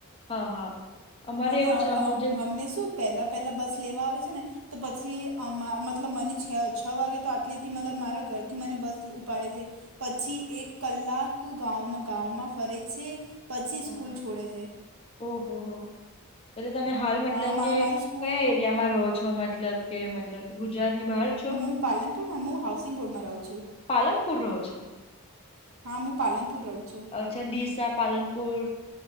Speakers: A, on the left; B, on the right.
A: હા હા. અમારે
B: અને
A: એવું
B: અ
A: છે અમુક
B: હ
A: જે
B: હમને શું પેહલા પેહલા બસ લેવા આવે છે ને તો પછી અ મ મતલબ મને છે વાગે તો આટેલેથી મતલબ મારા ઘરથી મને બસ ઉપાડે છે. પછી એક કલાક ગાવ ગામંમાં ફરે છે પછી સ્કૂલ
A: ઓહો
B: છોડે છે.
A: ઓહો હો એટલે તમે હાલ મતલબ
B: હા મા-
A: કે
B: મારી સ્કૂલ
A: કયા એ તિયામાં રહો છો મતલબ કે મતલબ ગુજરાત ની બહાર છો.
B: હું પાલનપુરમાં હું હાઉસિંગ બોર્ડમાં રહું છું.
A: પાલનપુર રોહ છો?
B: હા મું પાલનપુર રઉ છું.
A: અચ્છા ડીસા પાલનપુર.